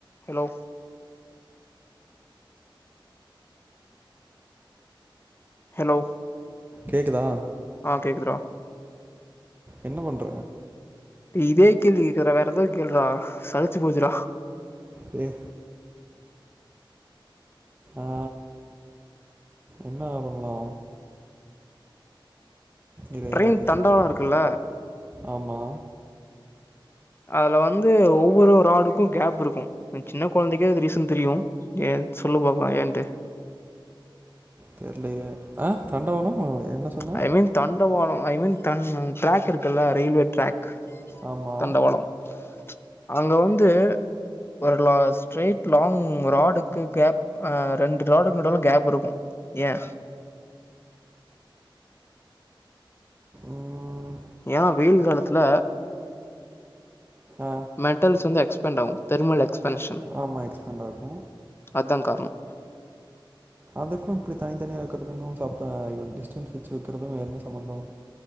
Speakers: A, on the left (about 25°); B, on the right (about 20°).
A: Hello hello
B: கேக்குதா
A: ஆஹ் கேக்குதுறா
B: என்ன பண்ற
A: இதே கேள்வி கேக்குற வேற ஏதாது கேள்றா சலிச்சு போச்சுடா.
B: ஏ ஆ என்னா பண்லா இரு
A: ட்ரெயின்
B: ஒரே
A: தண்டவாளம்
B: செகண்ட்
A: இருக்குல
B: ஆமா
A: அதுல வந்து ஒவ்வொரு ஆளுக்கும் கேப் இருக்கும் சின்ன குழந்தைக்கே ரீசன் தெரியும் ஏ சொல்லு பாக்கலாம் ஏன்ட்டு.
B: தெரியலயே அ தண்டவாளோ என்ன சொன்ன
A: ஐ மீன் தண்டவானோ ஐ மீன் தன் ட்ரேக் இருக்குல்ல ரயில்வே ட்ரேக்
B: ஆமா
A: தண்டவாளம் அங்க வந்து ஒருல ஸ்ட்ரைட் லாங் ராடுக்கு கேப் அஹ் ரெண்டு ராடுக்கு நடுல கேப் இருக்கும் ஏன்
B: ம்
A: ஏன் வெயில் காலத்துல.
B: ஆ
A: மெட்டல்ஸ் வந்து எக்ஸ் பண்டம் தெருமலக்ஸ் பன்சன்
B: ஆமா எக்ஸ்பேண்ட் ஆகு
A: அதான் காரணம்.
B: அதுக்கும் இப்டி தனித்தனியா இருக்கறதுக்கும் சாப்ட்டா இவன் டிஸ்டன்ஸ் வச்சு வக்கிறதும் என்ன சம்மந்தம்